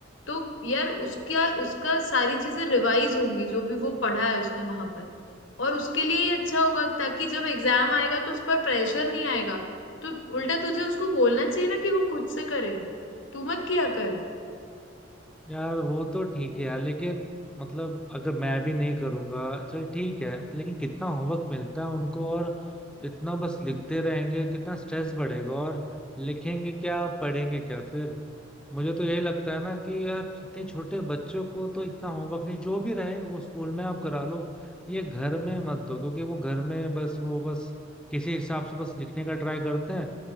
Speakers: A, on the left; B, in the centre.
A: तो यार उसका उसका सारी चीजें रिवाइज होंगी जो भी वो पढ़ा है उसने वहां पर और उसके लिए ही अच्छा होगा ताकि जब एग्जाम आएगा तो उस पर प्रेशर नहीं आएगा तो उल्टा तुझे उसको बोलना चाहिए ना कि वो खुद से करे तू मत किया कर
B: यार वो तो ठीक है यार लेकिन मतलब अगर मैं भी नहीं करूंगा चल ठीक है लेकिन कितना होमवर्क मिलता है उनको और इतना बस लिखते रहेंगे कितना स्ट्रेस बढ़ेगा और लिखेंगे क्या पढ़ेंगे क्या फिर मुझे तो यही लगता है ना कि यार इतने छोटे बच्चों को तो इतना होमवर्क नहीं जो भी रहे वो स्कूल में आप करा लो ये घर में मत दो क्योंकि वो घर में बस वो बस किसी हिसाब से बस लिखने का ट्राई करते हैं